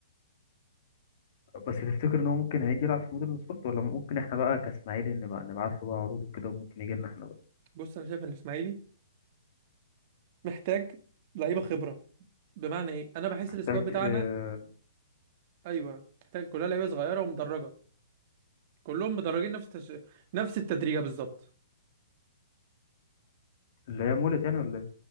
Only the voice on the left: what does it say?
بس تفتكر إن هو ممكن هيجي يلعب في مودرن سبورت ولا ممكن إحنا بقى كإسماعيلي نبقى نبعت له بقى عروض وكده وممكن يجي لنا إحنا بقى
محتاج
آه،
اللي هي مولت يعني ولا إيه؟